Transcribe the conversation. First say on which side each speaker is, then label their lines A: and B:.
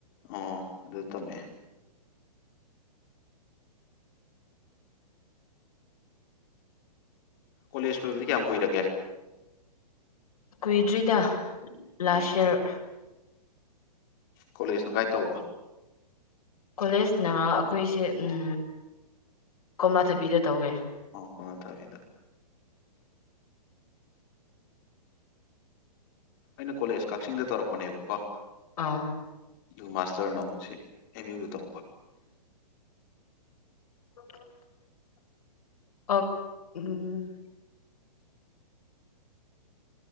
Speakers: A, on the left (about 30°); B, on the left (about 65°).
A: ꯑꯣ ꯑꯗꯨ ꯇꯝꯃꯑꯦ ꯀꯣꯂꯦꯖ ꯂꯣꯏꯕꯗꯤ ꯀꯌꯥꯝ ꯀꯨꯏꯔꯒꯦ
B: ꯀꯨꯏꯗ꯭ꯔꯤꯗ ꯂꯥꯁ
A: ꯑꯣ
B: ꯏꯌꯥꯔ
A: ꯀꯣꯂꯦꯖꯅ ꯒꯥꯏꯗ ꯇꯧꯕ
B: ꯀꯣꯂꯦꯖꯅ ꯑꯩꯈꯣꯏꯁꯦ ꯎꯝ ꯀꯣꯝꯂꯥꯊꯕꯤꯗ ꯇꯧꯋꯦ
A: ꯀꯣꯝꯂꯥꯊꯕꯤꯗ ꯑꯩꯅ ꯀꯣꯂꯦꯖ ꯀꯛꯆꯤꯡꯗ ꯇꯧꯔꯛꯄꯅꯦꯕꯀꯣ
B: ꯑꯥ
A: ꯑꯗꯨꯒ ꯃꯥꯁꯇꯔꯅ ꯑꯃꯨꯛ ꯁꯤ ꯑꯦꯝ ꯌꯨꯗ ꯇꯧꯕ
B: <unintelligible> ꯑꯣ ꯎꯝ